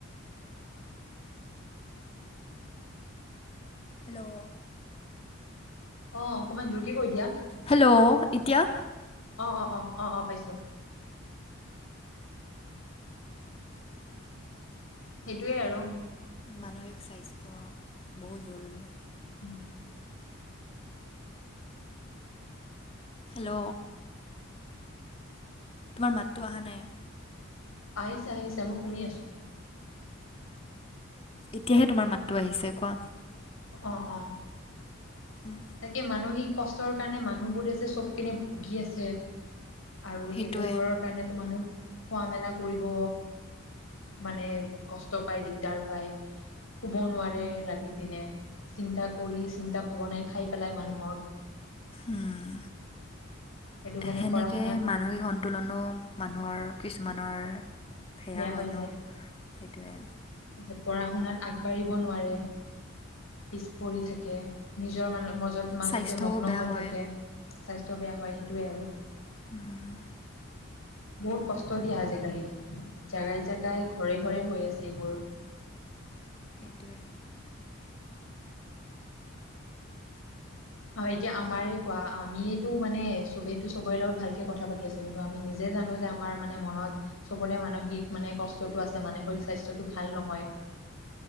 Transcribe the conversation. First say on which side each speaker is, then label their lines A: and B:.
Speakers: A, on the left (about 30°); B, on the left (about 80°).
A: হেল্ল'।
B: অ', অকমান জোৰকে কৈ দিয়া।
A: হেল্ল' এতিয়া
B: অ' অ' অ' অ' অ' পাইছো।
A: <inaudible>
B: সেইটোৱে আৰু।
A: মানসিক স্বাস্থ্য বহুত জৰুৰী।
B: উম।
A: হেল্ল'। তোমাৰ মাতটো অহা নাই।
B: আহিছা আহিছে মই শুনি আছো।
A: এতিয়াহে তোমাৰ মাতটো আহিছে কোৱা।
B: অ', অ'।
A: উম।
B: তাকে মানসিক কষ্টৰ কাৰণে মানুহবোৰে যে চব পিনে ভুগি আছে। আৰু
A: সেইটোৱে।
B: সেইবোৰৰ কাৰণেতো মানুহ খোৱা মেলা কৰিব মানে কষ্ট পায় দিগদাৰ পায়। শুব নোৱাৰে ৰাতি দিনে চিন্তা কৰি চিন্তা ভাৱনাই খাই পেলাই মানুহক।
A: উম,
B: সেইটো কাৰণে
A: সেনেকে
B: পঢ়া শুনাত
A: মাত মানসিক সন্তুলনো মানুহৰ কিছুমানৰ সেয়া
B: বেয়া
A: হয়
B: হৈ যায়
A: ন। সেইটোৱে।
B: তাৰপিছত পঢ়া শুনাত আগবাঢ়িব নোৱাৰে। পিছ পৰি থাকে নিজৰ ম-ম-মাজতে
A: স্বাস্থ্যও
B: মগ্ন
A: বেয়া
B: হৈ
A: হয়।
B: থাকে। স্বাস্থ্য বেয়া হয় সেইটোৱেই আৰু।
A: উম।
B: <inaudible> বহুত কষ্ট দিয়া আজিকালি জাগাই জাগাই ঘৰে ঘৰে হৈ আছে এইবোৰ।
A: এইটোৱে।
B: অ', এতিয়া আমাৰে কোৱা আমিয়েটো মানে চবেইটো চবৰে লগত ভালকে কথা পাতি আছো। কিন্তু আমি নিজে জানো যে আমাৰ মানে মনত চবৰে মানসিক মানে কষ্টটো আছে মানসিক স্বাস্থ্যটো ভাল নহয়।